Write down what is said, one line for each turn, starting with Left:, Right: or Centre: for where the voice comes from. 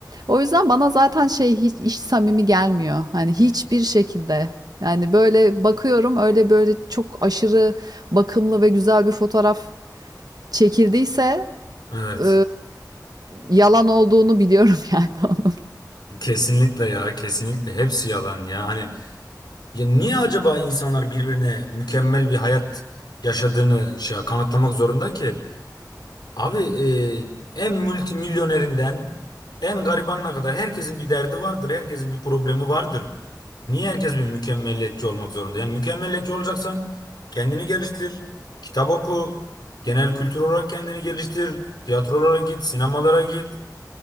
Right: O yüzden bana zaten şey hiç, hiç samimi gelmiyor. Hani hiçbir şekilde. Yani böyle bakıyorum öyle böyle çok aşırı bakımlı ve güzel bir fotoğraf çekildiyse
Left: Evet.
Right: eee, yalan olduğunu biliyorum yani onun.
Left: Kesinlikle ya kesinlikle hepsi yalan ya hani ya niye acaba insanlar birbirine mükemmel bir hayat yaşadığını şey kanıtlamak zorunda ki abi e, en multimilyonerinden en garibanına kadar herkesin bir derdi vardır herkesin bir problemi vardır niye herkes bir mükemmeliyetçi olmak zorunda yani mükemmeliyetçi olacaksan kendini geliştir kitap oku genel kültür olarak kendini geliştir tiyatrolara git sinemalara git